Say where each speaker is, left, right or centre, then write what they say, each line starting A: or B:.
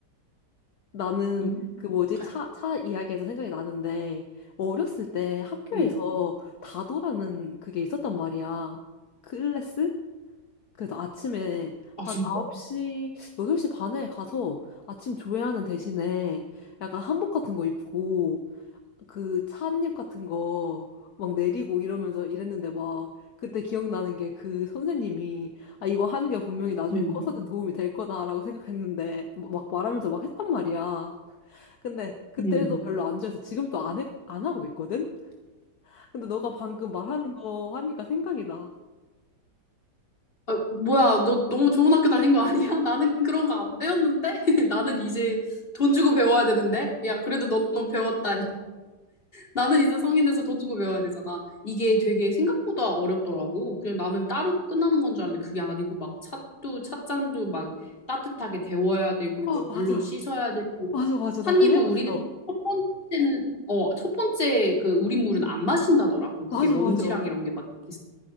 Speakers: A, on the left; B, on the left.
A: 나는
B: 응?
A: 그 뭐지,
B: 관-
A: 차, 차 이야기에서 생각이 나는데, 어렸을 때 학교에서
B: 응.
A: 다도라는 그게 있었단 말이야. 클래스? 그래서 아침에
B: 아
A: 한
B: 진짜?
A: 9시, 8시 반에 가서 아침 조회하는 대신에 약간 한복 같은 거 입고 그 찻잎 같은 거 막 내리고 이러면서 이랬는데 막 그때 기억나는 게 그 선생님이 아 이거 하는 게 분명히 나중에
B: 응.
A: 커서는 도움이 될 거다라고 생각했는데 뭐 막 말하면서 막 했단 말이야. 근데 그때도
B: 응.
A: 별로 안 좋아해서 지금 또 안 해, 안 하고 있거든? 근데 너가 방금 말하는 거 하니까 생각이 나.
B: 아, 뭐야, 너 너무 좋은 학교 다닌 거 아니야? <laughs> 나는 그런 거 안 배웠는데? <laughs> 나는 이제 돈 주고 배워야 되는데? 야, 그래도 너무 배웠다. 나는
A: 아, 그,
B: 이제 성인 돼서 돈 주고 배워야 되잖아. 이게 되게 생각보다 어렵더라고. 그냥 나는 따로 끝나는 건 줄 알았는데 그게 아니고 막 찻도 찻잔도 막 따뜻하게 데워야 되고
A: 어,
B: 이걸
A: 맞아.
B: 물로 씻어야 되고
A: 맞아, 맞아.
B: 찻잎을
A: 나 그거 해왔어.
B: 우리는 첫 번째는 어, 첫 번째 그 우린 물은 안 마신다더라고. 그게
A: 맞아,
B: 먼지랑
A: 맞아. <laughs>
B: 이런 게 막 있어.